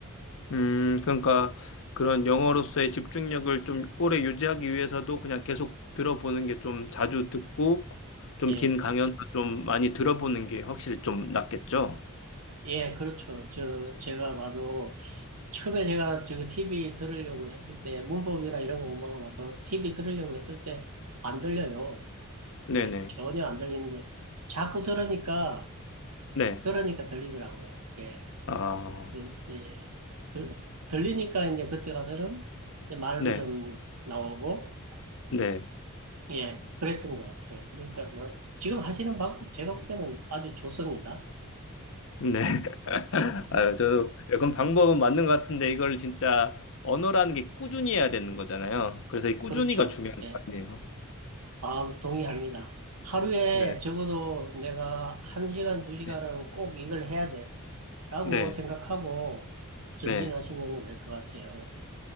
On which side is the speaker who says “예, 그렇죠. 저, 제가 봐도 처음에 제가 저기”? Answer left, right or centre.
Right